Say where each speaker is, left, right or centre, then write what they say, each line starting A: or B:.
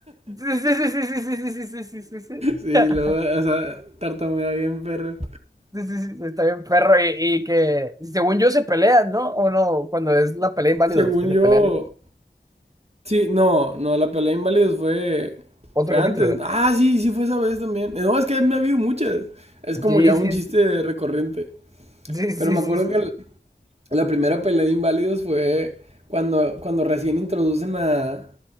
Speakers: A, on the right; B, on the right.
A: Sí, sí, sí, sí, sí, sí, sí, sí, sí, sí, sí.
B: Sí,
A: <laughs>
B: luego, o sea, tartamudea bien, perro.
A: Sí, sí, sí, está bien, perro, y, y que según yo se pelean, ¿no? O no, cuando es la pelea inválidos
B: Según
A: que se
B: yo,
A: pelean. ¿No?
B: Sí, no, no, la pelea de inválidos fue,
A: Otro
B: fue
A: capítulo.
B: antes. Ah, sí, sí fue esa vez también. No, es que me ha habido muchas. Es como
A: Sí,
B: ya
A: sí,
B: un chiste
A: sí,
B: recurrente.
A: sí, sí,
B: Pero me
A: sí,
B: acuerdo
A: sí.
B: que
A: sí.
B: la la primera pelea de inválidos fue cuando, cuando recién introducen a,